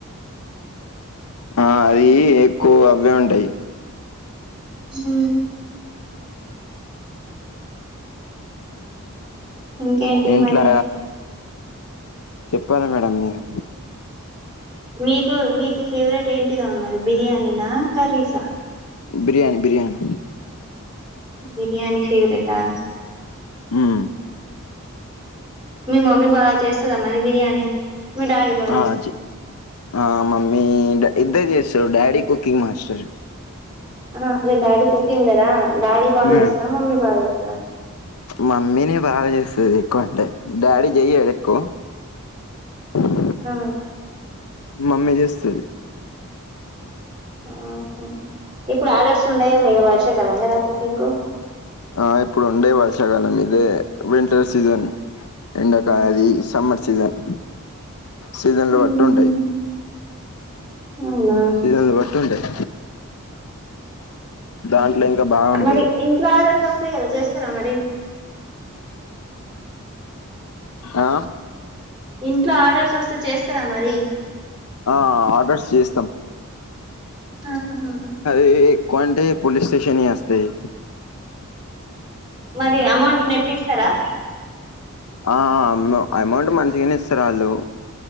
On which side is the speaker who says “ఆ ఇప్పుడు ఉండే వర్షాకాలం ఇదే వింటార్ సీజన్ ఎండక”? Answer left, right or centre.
Left